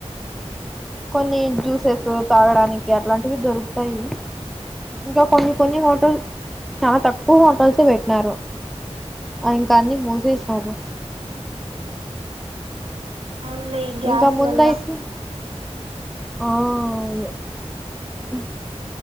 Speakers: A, in the centre; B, on the right.
A: కొన్ని జుసెస్ తాగడానికి అట్లాంటివి దొరుకుతాయి. ఇంకా కొన్ని కొన్ని హోటల్ చాలా తక్కువ హోటల్స్ పెట్టినారు ఆ ఇంకా అన్ని మూసేసినారు.
B: న్ని గ్యాస్
A: ఇంకా ముందయితే
B: వల్ల
A: ఆ అవును ఉహ్